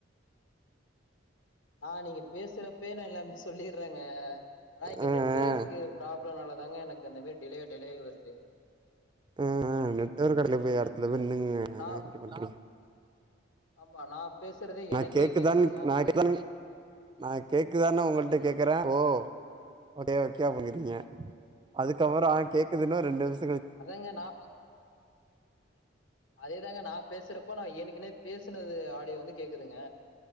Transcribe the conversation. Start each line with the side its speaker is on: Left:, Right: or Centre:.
Left: நா நீங்க பேசுறப்பயே நா எல்லாமே சொல்லிர்றங்க ஆனா இங்க
Right: ஆ ஆ
Left: நெட் டுவொர்க்கு ப்ராப்ளனால தாங்க எனக்கு அந்த மாரி டிலே டிலே வருது
Right: ஆ ஆ நெட்வொர்க் இருக்கெடத்துல போய் எடத்துல போய் நின்னுங்க என்னங்க
Left: நான்
Right: இப்டி பண்றீங்க
Left: ஆமா நா பேசுறதே
Right: நா
Left: எனக்கே
Right: கேக்குதான்
Left: கேக்குதுங்க
Right: நா கேக்குதான் நா கேக்குதானு ஒங்கள்ட்ட கேக்குறே ஓ ஓகே ஓகே அப்டிங்கிறீங்க அதுக்கப்பற கேக்குதுன்னு ரெண்டு நிம்ஷ்
Left: அதாங்க நா அதேதாங்க நா பேசுறப்போ நா எனக்குனே பேசினது ஆடியோ வந்து கேக்குதுங்க